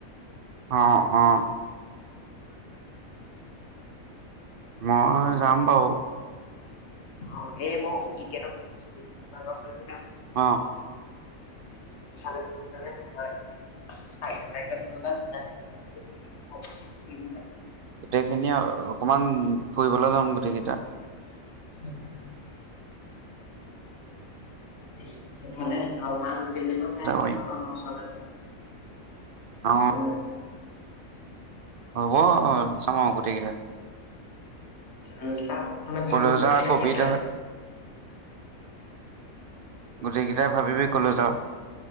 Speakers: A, on the right (about 65°); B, on the left (about 55°).
A: অঁ অঁ।
B: <inaudible>
A: মই যাম বাৰু।
B: অঁ এ মই অভিজ্ঞকো ফোন মাৰিছিলো ফালে যাম।
A: অঁ।
B: <unintelligible> <inaudible>
A: গোটেই খিনি অকমান ফুৰিবলৈ যাম গোটেই কেইটা।
B: <inaudible> <unintelligible>
A: যাব পাৰিম অঁ।
B: উম।
A: হব, অঁ যাম আৰু গোটেইকেইটাই।
B: উম, তাত মানে ভাল
A: কলৈ যাৱ
B: চিনাকি
A: কবি
B: আছে।
A: তই গোটেই কেইটাই ভাবিবি ক'লৈ যাও।